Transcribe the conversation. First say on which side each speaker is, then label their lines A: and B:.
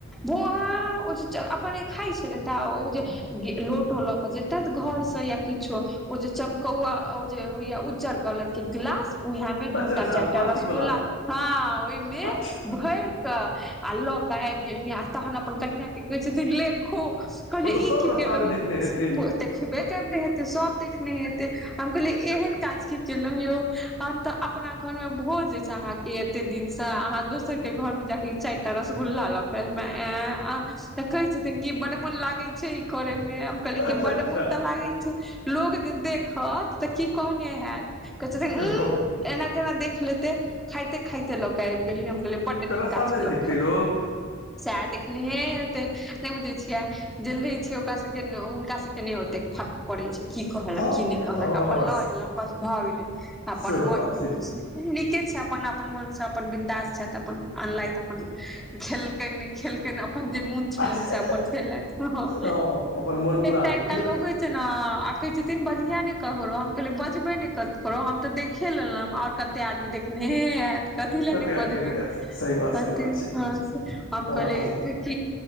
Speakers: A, in the centre; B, on the left (about 70°).
A: बोहा ओ जे अपने खाइ छल तऽ ओ जे लोटो लऽ कऽ जे त घर से या किच्छो ओ जे चमकौआ अ उ जे होइया उज्जर त कलर के गिलास उहे मे दूटा
B: अच्छा अच्छा
A: चाईरटा
B: ओ प्लास्टिक
A: रसगुल्ला
B: वला
A: हाँ ओहिमे
B: अच्छा
A: भैर क कऽ अ लऽ कऽ आइब गेलखिन आ तहन अपन कनियाँ क कहय छथिन ले खो, कहलीय
B: ओ तऽ सभ
A: ई की
B: रस्तामे
A: केलौं ये
B: देखने हेतै
A: एतेक खेबे करने हेतै सब देखने हेतै हम कहलियै ऐहेन काज क लौं यौ आ त अपना घर में भोज छै अहा के एते दिन से अहाँ दोसर के घर मऽ जाके चैर टा रसगुल्ला ल क एल आं त कहय छथिन कि बड मोन लागैत छै ई करय मऽ कहलियय
B: अच्छा
A: की बड
B: अच्छा
A: मोन तऽ लागे छै लोग जे देखत तऽ की कहने हैत कहे छथिन ऊ----एना
B: कह
A: केना देख लेते खाइते- खाइते लऽ कऽ आइब गेलिय हम कहलिए बड
B: तऽ
A: निक
B: रस्तामे
A: काज
B: नहि
A: केलू
B: देखतै
A: खा
B: लोक
A: सेहे देखनेहे हेतै नय बुझै छियै जल्दी छिय ओकरा सब के ते ने हुनका सब के नय ओतेक फर्क पड़य छै की कहलक
B: हँ
A: की नय कहलक
B: हँ
A: अपन लऽ एलक भऽ गेलय अपन
B: सेहो
A: मोन
B: बात
A: के खुशी नीके छै अपन अपन मनसँ अपन बिन्दास छैथ। तऽ अपन अनलैथ अपन खेलकैन नै खेलकैन अपन जे मोन
B: छै
A: छलैंन से अपन भेलैंन हं आं
B: ओ अपन मोन पूरा
A: एकटा
B: देलखिन
A: एकटा लोग ऐईछ तेना आ आ कहय छथिन बजिहैं नय ककरो हम कहलियय बजबय नय ककरो हम तऽ देखे लेलहुँ आओर कतेक आदमी देखने हैत कथी लए
B: कतेक
A: नय बजबय
B: आदमी देखने आयल, सही बात सही
A: हतय
B: बात छै
A: अहां से हम
B: हँ
A: कहलय
B: हँ
A: कऽ